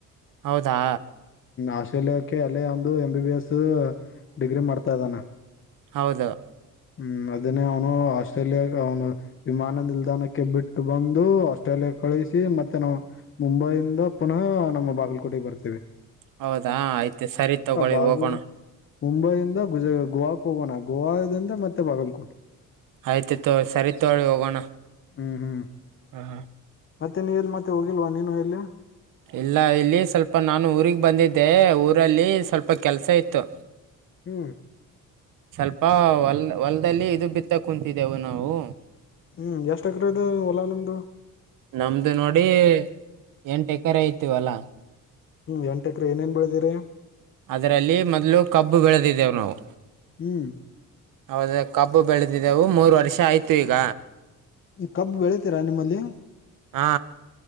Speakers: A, on the right; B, on the left.
A: ಹೌದಾ
B: ಆಸ್ಟ್ರೇಲಿಯಾಕ್ಕೆ ಅಲ್ಲೇ ಒಂದು ಎಂ ಬಿ ಎಸ್ ಡಿಗ್ರಿ ಮಾಡ್ತಾ ಇದ್ದಾನ
A: ಹೌದು
B: ಹ್ಮ್ ಅದನ್ನೇ ಅವನು ಆಸ್ಟ್ರೇಲಿಯಾ ಅವನು ವಿಮಾನ ನಿಲ್ದಾಣಕ್ಕೆ ಬಿಟ್ಟು ಬಂದು ಆಸ್ಟ್ರೇಲಿಯಾ ಕಳಿಸಿ ಮತ್ತೆ ನಾವು ಮುಂಬೈಿಂದ ಪುನಃ ನಮ್ಮ ಬಾಗಲಕೋಟೆಗೆ ಬರ್ತೇವಿ
A: ಹೌದಾ ಆಯ್ತು ಸರಿ ತಗೊಳಿ
B: ಬಾಗಲ್
A: ಹೋಗೋಣ
B: ಮುಂಬೈಯಿಂದ ಗುಜ ಗೋವಾಕ್ ಹೋಗೋಣ ಗೋವಾದಿಂದ ಮತ್ತೆ ಬಾಗಲ್ಕೋಟ್
A: ಆಯ್ತು ತೋ ಸರಿ ತೋಳಿ ಹೋಗೋಣ
B: ಹ್ಮ್ ಹ್ಮ್
A: ಹ್ಮ ಹ
B: ಮತ್ತೆ ನೀ ಎಲ್ಲಿ ಮತ್ತೆ ಹೋಗಿಲ್ವಾ ನೀನು ಎಲ್ಲಿ
A: ಇಲ್ಲ ಇಲ್ಲಿ ಸ್ವಲ್ಪ ನಾನು ಊರಿಗೆ ಬಂದಿದ್ದೆ ಊರಲ್ಲಿ ಸ್ವಲ್ಪ ಕೆಲ್ಸ ಇತ್ತು
B: ಹ್ಮ
A: ಸ್ವಲ್ಪ ಹೊಲ್ ಹೊಲ್ದಲ್ಲಿ ಇದು ಬಿತ್ತ ಕುಂತ ವು ನಾವು
B: ಹ್ಮ್ ಎಷ್ಟ್ ಎಕರೆ ಇದೆ ಹೊಲ ನಿಮ್ದು
A: ನಮ್ದು ನೋಡಿ ಎಂಟ ಎಕರೆ ಆಯತ ಅಲಾ
B: ಹ್ಮ ಎಂಟಕ್ರ ಏನ್ ಬೆಳದಿರಿ
A: ಅದರಲ್ಲಿ ಮೊದ್ಲು ಕಬ್ಬು ಬೆಳೆದಿದ್ದೇವು ನಾವು
B: ಹ್ಮ್
A: ಹೌದ ಕಬ್ಬು ಬೆಳೆದಿದೆವು ಮೂರು ವರ್ಷ ಆಯ್ತು ಈಗ
B: ಕಬ್ ಬೆಳತೀರಾ ನಿಮ್ಮಲ್ಲಿಯ
A: ಹಾ